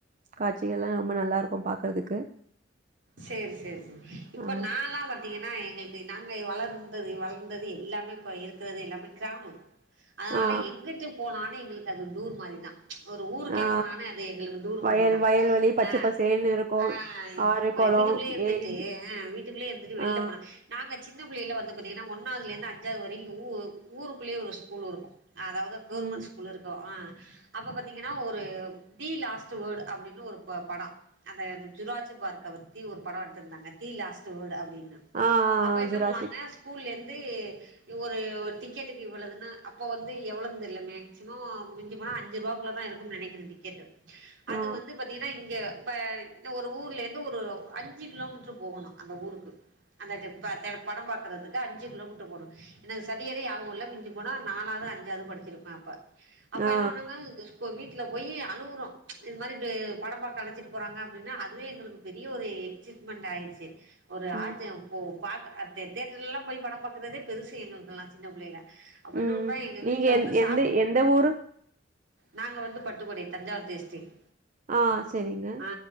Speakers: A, on the right; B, on the right.
A: காட்சிகல்லா ரொம்ப நல்லாருக்கு பாக்கறதுக்கு
B: சேரி சேரி சேரி இப்ப
A: ஆ
B: நாலா பாத்தீங்கன்னா எங்களுக்கு நாங்க வளர்ந்தது வளந்தது எல்லாமே இப்ப இருக் இருக்றது எல்லாமே க்ராமோ அதனால
A: ஆ
B: எங்குட்டு போனாலு எங்களுக்கு அது டூர் மாரிதா ஒரு ஊருக்கே
A: ஆ
B: போனான அது எங்களுக்கு டூர்
A: வயல்
B: மாரிதா
A: வயல்வெளி பச்ச
B: அ
A: பசேல்னு இருக்கு
B: ஆ
A: ஆறு
B: இப்போ
A: கொளோ
B: எங் வீட்டுக்குள்ளே இருந்துட்டு
A: ஏரி
B: ஆ வீட்டுக்குள்ளே இருந்துட்டு வெளில
A: ஆ
B: போனா நாங்க சின்ன புள்ளைல வந்து பாத்தீங்கன்னா ஒன்னாதுல இருந்து அஞ்சாவது வரையு ஊருக்குள்ளயே ஒரு ஸ்கூலூ இருக்கு அதாவ்து கவுர்மெண்ட்
A: ம்
B: ஸ்கூலூ இருக்கு அ அப்போ பாத்தீங்கன்னா ஒரு தி லாஸ்டு வேர்டு அப்டின்னு ஒரு ப படொ அந்த ஜூராஜு பார்க்க பத் தீ ஒரு படொ எடுத்திருந்தாங்க தீ லாஸ்ட் வேர்டு அப்டின்னு
A: ஆ
B: அப்ப என்ன
A: ஜுராசிக்
B: பண்ணுவாங்க ஸ்கூல்லேந்து ஒரு ஒரு டிக்கெட்டுக்கு இவ்ளோதுன்னு அப்ப வந்து எவ்ளோன் தெர்ல மேக்சிமோ மிஞ்சி போனா அஞ்சு ரூவாக்குள்ளதா இருக்குன் நனைக்கிற டிக்கெட்டு அது
A: ஆ
B: வந்து பாத்தீங்கனா இங்க இப்ப ஒரு ஊர்ல இருந்து ஒரு அஞ்சு கிலோமீட்ரு போகணு அந்த ஊருக்கு அந்த டெப்பர் படொ பாக்கறதுக்கு அஞ்சு கிலோமீட்ரு போணு எனக்கு சரியாவே ஞாபகோ இல்ல மிஞ்சு போனா நாலாவ்து அஞ்சாவ்து படிச்சிருப்ப அப்ப அப்ப
A: ஆ
B: என்ன பண்ணாங்க இந்த ஸ்கூ போ வீட்ல போய் அலுவுறோ இது மாரி படோபாக்க அழச்சிட்டு போறாங்க அப்டின்னு அதுவே எங்குளுக்கு பெரிய ஒரு எக்சிட்மெண்ட் ஆய்ருச்சு ஒரு
A: ம்
B: ஆஜம் ஓ பா தேட்டர்லலா போய் படோ பாக்குறதே பெருசு எங்களுக்குலா சின்ன புள்ளைல அப்ப என்னொன்றா
A: ம்
B: எங்க
A: நீங்க
B: வீட்ல
A: எந்
B: வந்து சாப்
A: எந்த எந்த ஊரு
B: நாங்க வந்து பட்டுக்கோடை தஞ்சாவூர் டிஸ்டிக்
A: ஆ சேரிங்க
B: ஆ